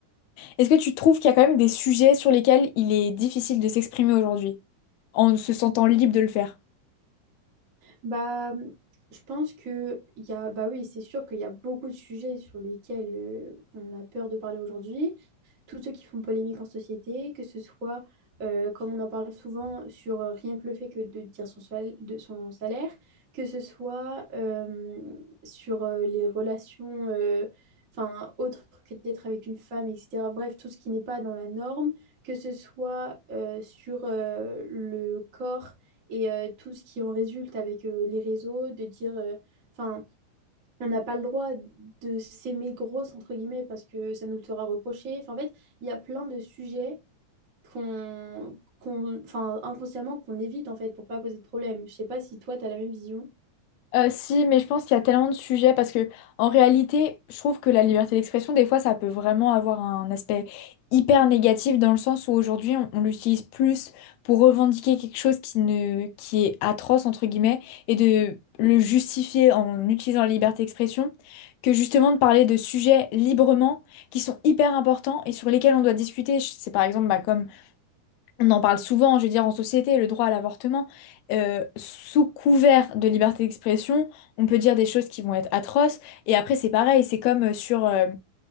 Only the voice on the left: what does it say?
Est-ce que tu trouves qu'il y a quand même des sujets sur lesquels il est difficile de s'exprimer aujourd'hui, en se sentant libre de le faire?
Euh, si, mais je pense qu'il y a tellement de sujets parce que en réalité, je trouve que la liberté d'expression, des fois, ça peut vraiment avoir un aspect hyper négatif dans le sens où aujourd'hui, on, on l'utilise plus pour revendiquer quelque chose qui ne, qui est atroce entre guillemets et de le justifier en utilisant la liberté d'expression que justement de parler de sujets librement qui sont hyper importants et sur lesquels on doit discuter. C'est par exemple bah, comme on en parle souvent, je veux dire, en société, le droit à l'avortement, euh, sous couvert de liberté d'expression, on peut dire des choses qui vont être atroces. Et après, c'est pareil, c'est comme euh, sur euh,